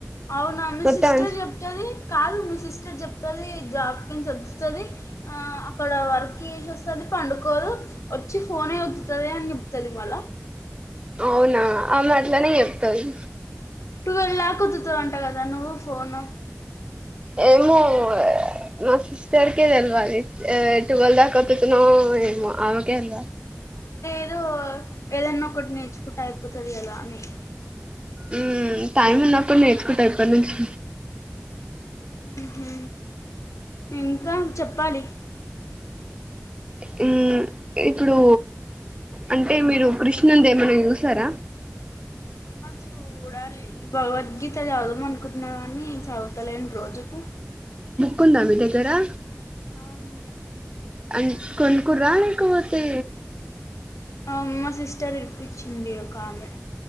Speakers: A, on the left; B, on the right.
A: ఔన, మీసిస్టర్
B: మొత్తం
A: చెప్తది కాదు మీ సిస్టర్ చెప్తది జాబ్ కించ వస్తది, ఆ అక్కడ వర్క్ జేసి వస్తది, పండుకోదు వచ్చి ఫోనె వత్తుతది అని చెప్తుది మళ్ళ.
B: ఔన ఆమె అట్లనె జెప్తది
A: నువెల్ లాకొతుతువ అంట, గద నువ్వు ఫోను
B: యేమొ, య మా సిస్టర్ కె తెల్వాలి ఏట్ టువల్ దాక వత్తుతున్సాము. యేమొ ఆవం కేర్
A: ఏదో, యేదన్న ఒకటి నేర్చుకుంటె అయిపోతది గదా అని
B: ఊమ్ టైం ఉన్నప్పడ్ నేర్చుకుంట, ఇప్పటి నుంచి
A: ఊహు యింక, చెప్పాలి.
B: హు ఇప్పుడు అంటె, మీరు కృష్ణుందె యేమన్స జూస్తర,
A: చూడాలి భగవద్గీత చదం అనుకుంటున్నా అన్నీ చదువుతలేండి రోజుకు
B: కొ దా మీతే కరా
A: అవుంది
B: అ కొనుకరు రాలక పోతే
A: ఆ మా సిస్టర్ ఇపించింది ఒక ఆమె